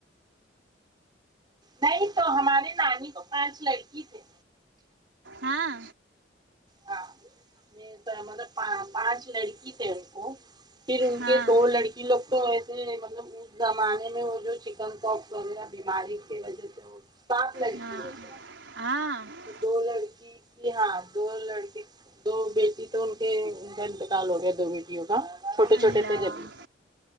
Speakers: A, on the right; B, on the right.
A: نہیں تو ہمارے نانی کو پانچ لڑکی تھے
B: ہاں
A: ہاں یے تو مطلب پا نچ پانچ لڑکی تھے ان کو پھر ان
B: ہاں
A: کے دو لڑکی لوگ تو ایسے مطلب اس زمانے میں وہ جو چکن پپ وغیرہ بیماری کی وجہ سے سات لڑکی
B: ہاں
A: ہوے تھے
B: ہاں
A: تو دو لڑکی کی ہاں دو لڑکے دو بیٹی تو ان کے اں کا انتکال ہو گیا دو بیٹیوں کا چھوٹے
B: اللہ
A: چھوٹے تھے جب ہی